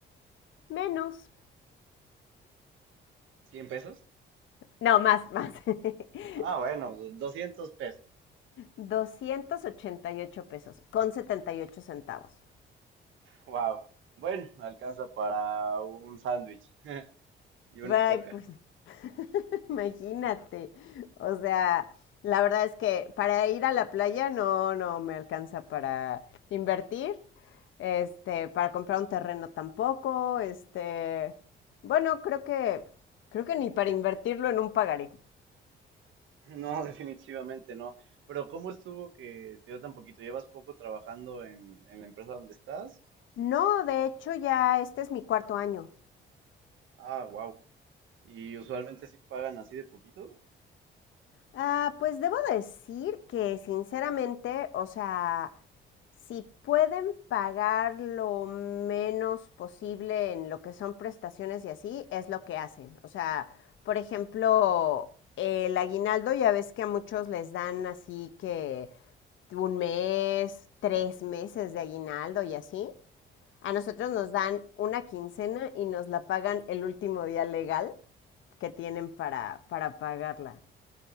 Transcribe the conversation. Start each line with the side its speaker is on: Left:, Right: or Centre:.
Left: menos.
Right: 100 pesos,
Left: No, más, más. <laughs>
Right: Ah, bueno, do- 200 pesos.
Left: 288 pesos con 78 centavos.
Right: Wow. Bueno, alcanza para un sándwich <laughs> y una
Left: Ay,
Right: coca.
Left: pues <laughs> imagínate. O sea, la verdad es que para ir a la playa no, no me alcanza para invertir. Este, para comprar un terreno tampoco. Este, bueno, creo que, creo que ni para invertirlo en un pagaré.
Right: No, <laughs> definitivamente no. Pero ¿cómo estuvo que te dio tan poquito? ¿Llevas poco trabajando en, en la empresa donde estás?
Left: No, de hecho ya este es mi cuarto año.
Right: Ah, wow. ¿Y usualmente sí pagan así de poquito?
Left: Ah, pues debo decir que sinceramente, o sea, si pueden pagar lo menos posible en lo que son prestaciones y así, es lo que hacen. O sea, por ejemplo, el aguinaldo ya ves que a muchos les dan así que un mes, tres meses de aguinaldo y así. A nosotros nos dan una quincena y nos la pagan el último día legal que tienen para, para pagarla.